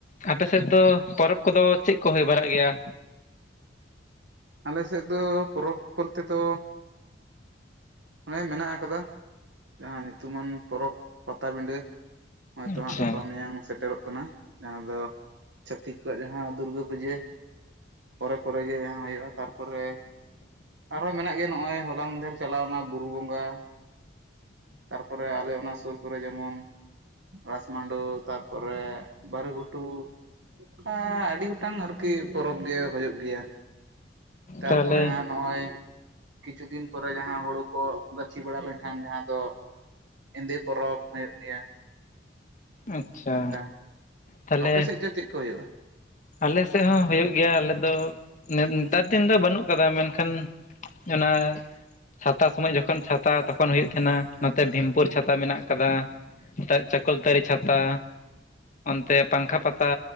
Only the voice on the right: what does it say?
ᱟᱞᱮ ᱥᱮᱫ ᱫᱚ ᱯᱚᱨᱚᱵᱽ ᱵᱚᱞᱛᱮ ᱫᱚᱼᱼ ᱚᱱᱮ ᱢᱮᱱᱟᱜ ᱟᱠᱟᱫᱟ ᱡᱟᱦᱟᱸ ᱧᱩᱛᱩᱢᱟᱱ ᱯᱚᱨᱚᱵᱽ ᱯᱟᱛᱟᱵᱤᱸᱱᱰᱟᱹ ᱦᱸᱚᱜᱚᱭ ᱛᱚ
ᱦᱟᱸᱜ ᱜᱟᱯᱟ ᱢᱮᱭᱟᱝ ᱥᱮᱴᱮᱨᱚᱜ ᱠᱟᱱᱟ ᱡᱟᱦᱟᱸ ᱫᱚ ᱪᱷᱟᱹᱛᱤᱠ ᱠᱚᱣᱟᱜ ᱡᱟᱦᱟᱸ ᱫᱩᱨᱜᱟᱹ ᱯᱩᱡᱟᱹ ᱯᱚᱨᱮ ᱯᱚᱨᱮ ᱜᱮ ᱡᱟᱦᱟᱸ ᱦᱩᱭᱩᱜᱼᱟ ᱛᱟᱨᱯᱚᱨᱮ ᱟᱨᱦᱚᱸ ᱢᱮᱱᱟᱜ ᱜᱮᱭᱟ ᱱᱚᱜᱼᱚᱭ ᱦᱚᱞᱟ ᱢᱫᱷᱮᱨ ᱪᱟᱞᱟᱣᱱᱟ᱾ ᱵᱩᱨᱩ ᱵᱚᱸᱜᱟ ᱛᱟᱨᱯᱚᱨᱮ ᱟᱞᱮ ᱚᱱᱟ ᱥᱩᱨ ᱠᱚᱨᱮ ᱡᱮᱢᱚᱱᱼᱼ ᱨᱟᱥ ᱢᱟᱰᱳ ᱛᱟᱨᱯᱚᱨᱮ ᱵᱟᱹᱨᱩ ᱜᱷᱩᱴᱩ ᱚᱱᱠᱟ ᱟᱹᱰᱤ ᱜᱚᱴᱟᱝ ᱟᱨᱠᱤ ᱯᱚᱨᱚᱵᱽ ᱜᱮ ᱦᱳᱭᱳᱜ ᱜᱮᱭᱟ᱾ ᱛᱟᱨᱯᱚᱨᱮ
ᱦᱟᱸᱜ ᱱᱚᱜᱼᱚᱭ ᱠᱤᱪᱷᱩ ᱫᱤᱱ ᱯᱚᱨᱮ ᱡᱟᱦᱟᱸ ᱦᱳᱲᱳ᱾ ᱠᱚ ᱜᱟᱹᱪᱷᱤ ᱵᱟᱲᱟ ᱞᱮᱱᱠᱷᱟᱱ ᱡᱟᱦᱟᱸ ᱫᱚ ᱮᱸᱫᱮ ᱯᱚᱨᱚᱵᱽ ᱦᱳᱭᱳᱜ ᱜᱮᱭᱟ᱾
ᱚᱱᱠᱟ
ᱟᱯᱮ ᱥᱮᱫ ᱪᱮᱫ ᱪᱮᱫ ᱠᱚ ᱦᱳᱭᱳᱜᱼᱟ᱾